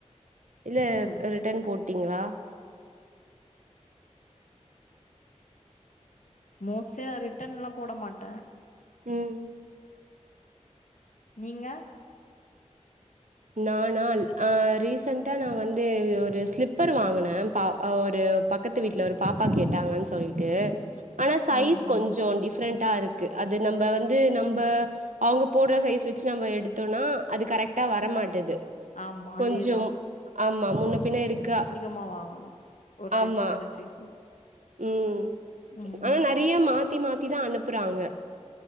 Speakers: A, on the right; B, on the left.
A: இல்லவ் அ ரிட்டன் போட்டீங்களா
B: மோஸ்ட்லி நா ரிட்டர்ன்லா போட மாட்டே
A: ம்
B: நீங்க
A: நானால் அ ரீசண்ட்டா நா வந்து ஒரு ஸ்லிப்பர் வாங்குனே பா அ ஒரு பக்கத்து வீட்ல ஒரு பாப்பா கேட்டாங்கன்னு சொல்லிட்டு ஆனா சைஸ்
B: ம் ம்
A: கொஞ்சோ டிஃப்ரெண்டா இருக் அது நம்ப வந்து நம்ப அவங்க போடுற சைஸ் வெச்சு நம்ம எடுத்தோன்னா அது கரெட்டா வர ர மாட்டேது
B: ஆமா
A: கொஞ்சோ
B: அதேதா
A: ஆமா முன்ன பின்னா இருக்கா
B: மா வாங்கணு ஒரு
A: ஆமா
B: சைஸு ரெண்டு சைஸு
A: ம்
B: ம்
A: ஆனா நெறைய மா மாத்தி மாத்திதா அனுப்புறாங்க